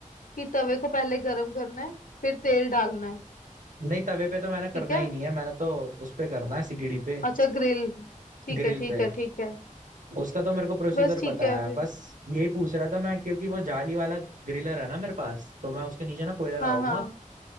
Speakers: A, on the left; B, on the right.
A: कि तवे को पहले गरम करना है फिर तेल डालना है
B: नहीं तवे पे तो मैंने करना
A: ठीक है
B: ही नहीं है मैंने तो उस पे करना है सिगड़ी पे
A: अच्छा ग्रिल ठीक
B: ग्रिल
A: है ठीक
B: पे
A: है ठीक है
B: उसका तो मेरे को प्रोसीजर
A: बस ठीक
B: पता
A: है
B: है
A: फिर
B: बस यही पूछ रहा था मैं क्योंकि वो जाली वाला ग्रिलर है ना मेरे पास तो मैं उसके नीचे ना कोयला
A: हाँ
B: लगाऊंगा
A: हाँ